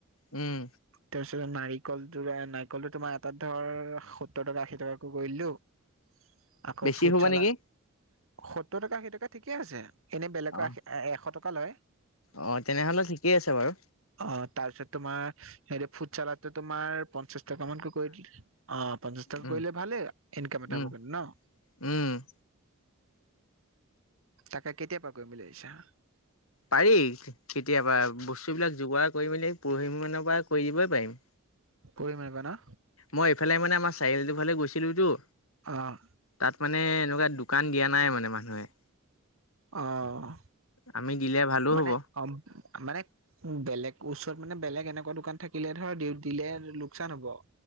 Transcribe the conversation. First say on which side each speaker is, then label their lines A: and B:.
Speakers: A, on the left; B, on the right.
A: উম।
B: তাৰপিছত নাৰিকলটো, নাৰিকলটো তোমাৰ এটাত ধৰ সত্তৰ টকা আশী টকাকো কৰিলো। <inaudible> আকৌ
A: বেছি
B: ফুড
A: হ'ব
B: চালাড,
A: নেকি
B: সত্তৰ টকা আশী টকা ঠিকে আছে, এনেই বেলেগৰ
A: অ
B: আশী এশ টকা। কলৈ।
A: অ' তেনেহলে ঠিকেই আছে বাৰু।
B: অ' তাৰপিছত তোমাৰ হেৰি ফুট চালাটো তোমাৰ প পঞ্চাশ টকা মানকে কৰি দিলে, অ' পঞ্চাশ টকা
A: উম
B: কৰিলে ভালে, ইনকাম এটা
A: উম
B: কৰিব ন।
A: উম।
B: তাক কেতিয়া পৰা কৰিল বুলি ভাবিছা।
A: পাৰি, কেতিয়াবা বস্তুবিলাক যোগাৰ কৰি মেলি পৰহি মানৰ পৰা কৰি দিবই পাৰিম।
B: কৰিব পাৰিবা ন।
A: মই এইফালে মানে আমাৰ চাৰিআলিটো ফালে গৈছিলোঁতো।
B: অ'।
A: তাত মানে এনেকুৱা দোকান দিয়া নাই মানে মানুহে।
B: অ'
A: আমি দিলে ভালো
B: মানে
A: হ'ব
B: অ' মানে বেলেগ ওচৰত মানে বেলেগ এনেকুৱা দোকান থাকিলে ধৰ দিলে লোকচান হ'ব।